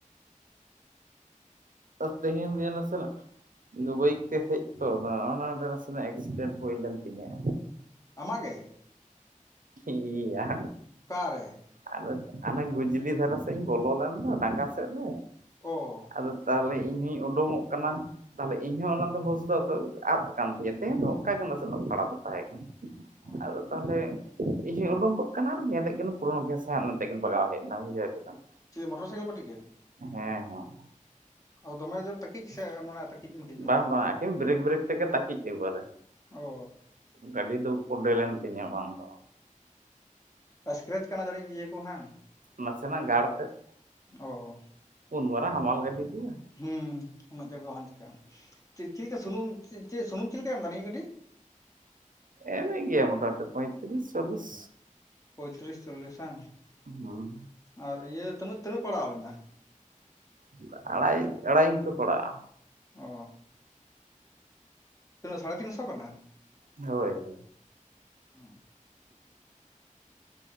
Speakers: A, on the right; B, on the left.
A: ᱛᱮᱦᱮᱧ ᱫᱚ ᱭᱟ ᱱᱟᱥᱮᱱᱟᱜ ᱵᱟᱹᱭᱤᱠ ᱛᱮ ᱦᱮᱡ ᱛᱚ ᱱᱚᱜ ᱱᱚᱰᱮ ᱱᱟᱥᱮᱱᱟᱜ ᱮᱠᱥᱤᱰᱮᱱᱴ ᱦᱩᱭ ᱞᱮᱱ ᱛᱤᱧᱟᱹ᱾
B: ᱟᱢᱟᱜ ᱜᱮ?
A: ᱦᱮᱸ ᱭᱟ।
B: ᱚᱠᱟᱨᱮ
A: ᱟᱫᱚ ᱟᱱᱮ ᱜᱩᱡᱽᱞᱤ ᱫᱷᱟᱨᱟ ᱥᱮᱜ ᱤᱧ ᱵᱚᱞᱚ ᱞᱮᱱ ᱫᱚ ᱰᱟᱝᱜᱟ ᱥᱮᱫ ᱨᱮ᱾
B: ᱚ
A: ᱟᱫᱚ ᱛᱟᱦᱚᱞᱮ ᱤᱧ ᱦᱚᱧ ᱳᱰᱳᱝᱠᱚᱜ ᱠᱟᱱᱟ᱾ ᱛᱟᱦᱚᱞᱮ ᱤᱧᱦᱚᱸ ᱚᱱᱟ ᱫᱚ ᱦᱩᱥᱫᱟ ᱫᱚ ᱟᱫᱚ ᱠᱟᱱ ᱛᱤᱧᱟᱹ ᱛᱮᱦᱮᱧ ᱦᱚ ᱚᱱᱠᱟ ᱜᱮ ᱱᱟᱥᱮ ᱱᱟᱜ ᱯᱷᱟᱲᱟ ᱫᱚ ᱛᱟᱦᱮᱸ ᱠᱟᱱᱟ᱾
B: ᱚ
A: ᱟᱫᱚ ᱛᱟᱦᱚᱞᱮ ᱤᱧ ᱦᱚᱸᱧ ᱳᱰᱳᱝᱠᱚᱜ ᱠᱟᱱᱟ ᱟᱨ ᱧᱮᱞᱮᱜ ᱠᱤᱱᱟᱹᱧ ᱯᱩᱨᱟ ᱥᱟᱝ ᱢᱮᱱᱛᱮ ᱠᱤᱱ ᱵᱟᱜᱟᱣ ᱦᱮᱡᱱᱟ ᱵᱩᱡᱷᱟᱹᱣ ᱠᱮᱫᱟᱢ ᱾
B: ᱪᱮ ᱢᱚᱴᱚᱨ ᱥᱟᱭᱠᱮᱞ ᱯᱟᱹᱴᱤ ᱜᱮ?
A: ᱦᱮᱸ ᱦᱮᱸ
B: ᱟ ᱫᱚᱢᱮ ᱡᱳᱨ ᱛᱟᱹᱠᱤᱡ
A: <unintelligible>
B: ᱥᱮ ᱢᱟᱱᱮ ᱛᱟᱹᱠᱤᱡ ᱢᱟᱹᱠᱤᱡ ᱫᱚ
A: ᱵᱟᱝ ᱵᱟᱝ ᱟᱹᱠᱤᱱ ᱵᱨᱮᱠ ᱵᱨᱮᱠ ᱛᱮᱜᱮ ᱛᱟᱹᱠᱤᱡ ᱮᱠᱵᱟᱨᱮ।
B: ᱚ
A: ᱜᱟᱹᱰᱤ ᱫᱚ ᱠᱚᱰᱮᱞᱮᱧ ᱛᱤᱧᱟᱹ ᱵᱟᱝ ᱫᱚ ᱵᱟᱝ᱾
B: ᱚ ᱥᱠᱨᱮᱪ ᱠᱟᱱᱟ ᱡᱟᱹᱱᱤᱡ ᱤᱭᱟᱹ ᱠᱚ ᱦᱟᱝ?
A: ᱱᱟᱥᱮᱱᱟᱜ ᱜᱟᱲ ᱛᱮᱫ
B: ᱚ
A: ᱩᱱ ᱢᱟᱨᱟᱝ ᱦᱟᱢᱟᱞ ᱜᱟᱹᱰᱤ ᱫᱟᱭᱟ᱾
B: ᱦᱩᱸ ᱩᱱᱟᱹᱜ ᱪᱟᱬ ᱫᱚ ᱵᱟᱝ ᱪᱤᱠᱟᱹᱜᱼᱟ ᱪᱮᱫ ᱪᱮᱫ ᱞᱮᱠᱟ ᱥᱩᱱᱩᱢ ᱪᱮ ᱪᱮᱫ ᱥᱩᱱᱩᱢ ᱪᱮᱫ ᱞᱮᱠᱟ ᱮᱢ ᱫᱟ ᱱᱤᱭᱟᱹ ᱜᱟᱹᱰᱤ?
A: ᱮᱢ ᱮᱜ ᱜᱮᱭᱟ ᱢᱚᱴᱟᱢᱴᱤ ᱯᱚᱭᱛᱨᱤᱥ ᱪᱚᱞᱞᱤᱥ᱾
B: ᱯᱚᱸᱭᱛᱨᱤᱥ ᱪᱚᱞᱞᱤᱥ ᱦᱟᱝ
A: ᱦᱩᱸ
B: ᱟᱨ ᱤᱭᱟᱹ ᱛᱤᱱᱟᱹᱜ ᱛᱤᱱᱟᱹᱜ ᱯᱟᱲᱟᱣ ᱞᱮᱱᱟ?
A: ᱚᱝᱠᱟ ᱟᱲᱟᱭ ᱟᱲᱟᱭ ᱤᱝᱠᱟᱹ ᱯᱟᱲᱟᱜᱼᱟ᱾
B: ᱚ ᱛᱤᱱᱟᱹᱜ ᱥᱟᱲᱮ ᱛᱤᱱᱥᱚ ᱠᱟᱱᱟ?
A: ᱦᱳᱭ ᱦᱳᱭ
B: ᱦᱩᱸ